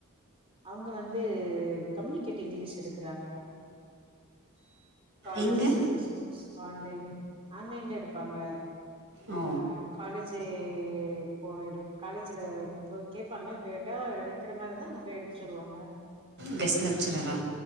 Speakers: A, on the right (about 25°); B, on the right (about 55°).
A: அவுங்க வந்து கம்யூனிகேட் இங்கிலீஷ் எடுக்கறாங்க காலேஜஸ்
B: எங்கே
A: அண்ட் ஸ்கூல்ஸ் ஆன்லைன் ஆன்லைன்லே எடுப்பாங்க
B: ஓ
A: அ காலேஜ் போய் எடு காலேஜ்ல இதுப்ப கேப்பாங்க கேட்டா எடுக்கற மாரிந்தா அங்க போய் எடுத்துட்டு வருவாங்க
B: கெஸ்ட் லெக்சரரா